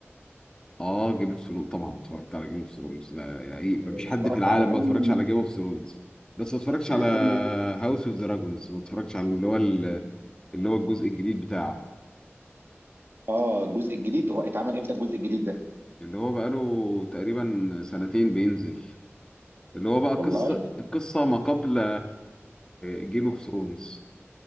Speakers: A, on the left; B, on the right.
A: اه جيم اوف ثرونز طبعا اتفرجت على جيم اوف ثرونز ده يعني ما
B: اتفرجت
A: فيش حد في العالم
B: على
A: ما
B: كل
A: اتفرجش على جيم اوف ثرونز بس ما اتفرجش على
B: كل
A: هاوس اوف دراجونز ما اتفرجش على اللي هو اللي هو الجزء الجديد بتاعه
B: اه الجزء الجديد هو اتعمل امتى الجزء الجديد ده؟
A: اللي هو بقاله تقريبا سنتين بينزل اللي هو بقى قصة
B: والله
A: القصة ما قبل جيم اوف ثرونز